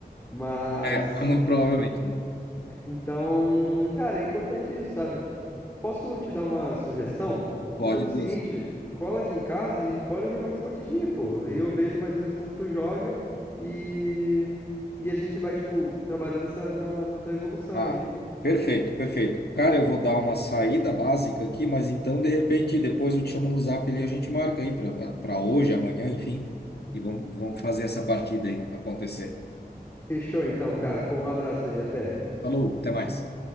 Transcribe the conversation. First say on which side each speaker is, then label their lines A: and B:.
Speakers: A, on the left (about 15°); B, on the left (about 85°).
A: Mas,
B: É, <laughs> mas muito provavelmente, né?
A: então, cara, é importante isso, sabe? Posso te dar uma sugestão?
B: Pode
A: Vamos fazer
B: duas.
A: o seguinte, cola aqui em casa e bora jogar umas partidinhas, pô. Aí eu vejo mais ou menos como tu joga e, e a gente vai, tipo, trabalhando essa na, na tua evolução
B: Ah,
A: aí.
B: perfeito, perfeito. Cara, eu vou dar uma saída básica aqui, mas então, de repente, depois eu te chamo no Zap ali e a gente marca aí para hoje, amanhã, enfim, e vamos, vamos fazer essa partida aí acontecer.
A: Fechou então, cara. Pô, um abraço aí, até.
B: Falou, até mais.